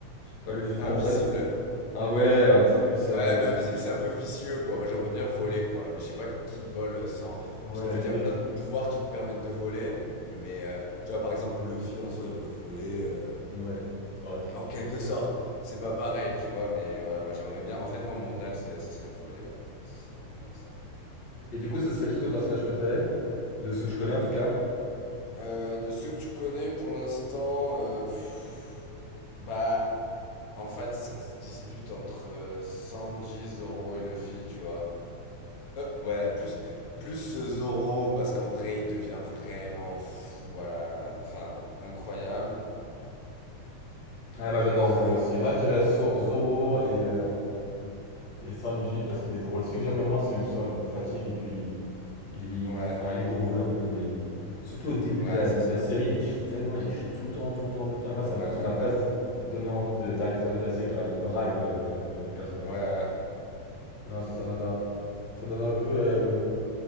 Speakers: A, on the left; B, on the left.
A: pas le feu,
B: invisible.
A: en vrai. c'est- Ah ouais, un truc plus...
B: Ouais,
A: euh, que
B: mais invisible,
A: tu-
B: c'est un peu vicieux, quoi. Moi, j'aimerais bien voler, quoi. Mais je sais pas qui vole sans...
A: Oh, Ouais,
B: Parce
A: à
B: qu'en
A: la
B: fait,
A: limite.
B: il y a plein de pouvoirs qui te permettent de voler. Mais, euh, tu vois, par exemple, Luffy, en soi, il peut voler... euh,
A: Ouais, c'est vrai.
B: En quelque sorte, c'est pas pareil, tu vois, mais voilà, moi j'aimerais bien. En fait, moi, mon rêve, c'est, ce serait de voler, ouais. Ce serait vraiment ça.
A: Et du coup, ce serait qui ton personnage préféré? De ceux que je connais, en tout cas.
B: Euh, de ceux que tu connais pour l'instant, euh, pff, bah, en fait, ça se dispute entre euh, Sanji, Zoro et Luffy, tu vois. Euh, ouais, plus, plus euh, Zoro, parce qu'en vrai, il devient vraiment fou, voilà. Enfin, incroyable.
A: Ah, moi j'adore
B: Euh,
A: Zoro aussi. Moi je dirais So- Zoro et, euh, et Sanji parce qu'il est drôle. Celui que j'aime le moins c'est Usopp, il me fatigue et puis il, est- il-
B: ouais,
A: il- enfin, il est drôle un peu, mais il- surtout au début
B: ouais,
A: de la,
B: c'est
A: de
B: ça.
A: la série, il crie tellement, il crie tout le temps, tout le temps, tout le temps. Et moi
B: Ouais,
A: ça
B: ouais,
A: me- ça m'a presque donné envie de- d'arrêter de regarder la série. Genre il braille quoi, le, le- le personnage.
B: ouais, ouais.
A: Non, ça, ça m'avait un, ça m'avait un peu euh,